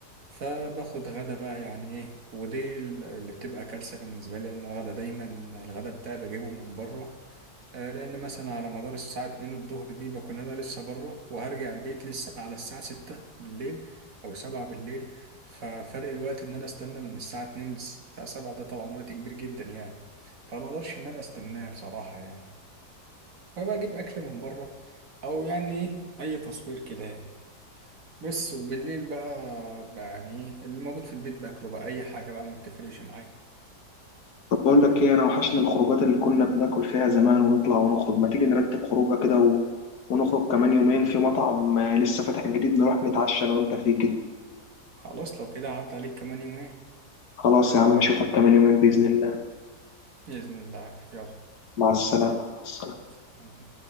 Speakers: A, on the right (about 55°); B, on the left (about 65°).
A: فباخد غدا بقى يعني إيه ودي ال- اللي بتبقى كارثة بالنسبة لي لأن الغدا دايما الغدا بتاعي بجيبه من بره آه، لأن مثلا على مدار الساعة اتنين الظهر دي بكون أنا لسه بره وهرجع البيت لسه على الساعة ستة بالليل أو سبعة بالليل ففرق الوقت إن أنا استنى من الساعة اتنين للساعة سبعة ده طبعا وقت كبير جدا يعني فما أقدرش إن أنا أستناه بصراحة يعني فبقى اجيب اكل من بره او يعني ايه اي تصوير كده يعني بس وبالليل بقى, بقى يعني ايه اللي موجود في البيت باكله بقى اي حاجه بقى ما بتفرقش معايا
B: طب بقول لك ايه انا وحشني الخروجات اللي كنا بناكل فيها زمان ونطلع ونخرج ما تيجي نرتب خروجه كده و... ونخرج كمان يومين في مطعم آه، لسه فاتح جديد نروح نتعشى انا وانت فيه كده
A: خلاص لو كده عدى عليك كمان يومين
B: خلاص يا عم اشوفك كمان يومين باذن الله
A: باذن الله يلا
B: مع السلامة مع السلامة
A: سلام.